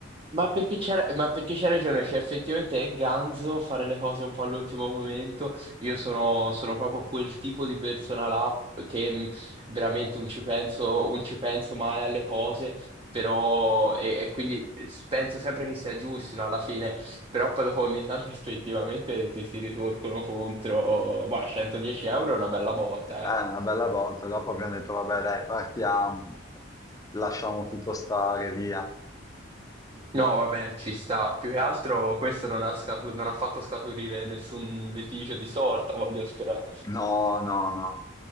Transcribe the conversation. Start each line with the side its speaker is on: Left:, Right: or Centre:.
Right: Ma perché c'era, ma perché c'ha ragione, cioè effettivamente è ganzo fare le cose un po' all'ultimo momento. Io sono, sono proprio quel tipo di persona là che mh, veramente non ci penso, non ci penso mai alle cose, però e, e quindi eh, s- penso sempre che sia giusto no, alla fine, però poi dopo ogni tanto effettivamente ti si ritorcono contro, ma 110 euro è una bella botta,
Left: È
Right: eh.
Left: una bella botta. Dopo abbiamo detto, vabbè, dai, partiamo, lasciamo tutto stare, via.
Right: No, vabbè, ci sta. Più che altro questo non ha, scatu- non ha fatto scaturire nessun litigio di sorta, voglio sperare.
Left: No, no, no.